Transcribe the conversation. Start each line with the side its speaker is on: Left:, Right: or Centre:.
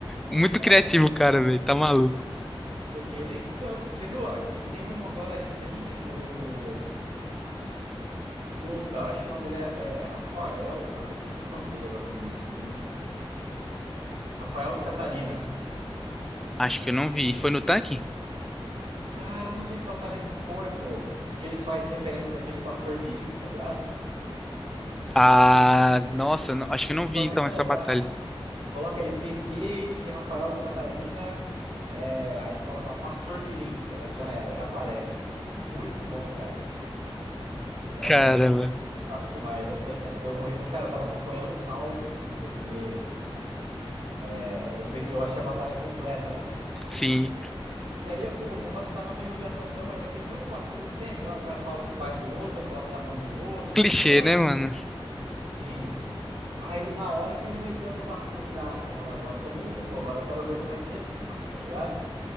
Centre: Muito
Right: Não
Centre: criativo,
Right: é?
Centre: o cara, velho. Tá maluco.
Right: Esse PQ, ele é insano. Você viu? ó, Ele teve uma agora recente com. o- Puta, acho que o nome dele é, é Rafael, cara. Eu esqueci o nome dele agora como MC. Rafael do Catarina.
Centre: Acho que eu não vi. Foi no tanque?
Right: Cara, eu não sei que batalha que foi, pô. Que eles fazem referência daquele pastor Mirim, tá ligado?
Centre: Ah, nossa, não- acho que eu não vi
Right: Só você
Centre: então
Right: colocar.
Centre: essa batalha.
Right: Coloca aí PQ e Rafael do Catarina. É, aí você coloca lá Pastor Mirim, tá ligado? Já era, já aparece assim, ó. Muito bom, cara. É
Centre: Caramba.
Right: muito engraçado demais. Essa, daí- essa deu morrer. Ô, Cara, eu tava acompanhando os rounds, assim, porque é, eu peguei, eu achei a batalha completa, né?
Centre: Sim.
Right: E aí, pô, o negócio tava meio gastação, mas aquele mesmo papinho de sempre. Ah, o cara falava do pai do outro, aí falava da mãe do outro, não
Centre: Clichê,
Right: sei o que lá.
Centre: né, mano?
Right: Sim. Aí, na hora que ele meteu a do pastor, eu falei, ah, mano, agora tomou um rumo, agora eu quero ver como é que responde, tá ligado?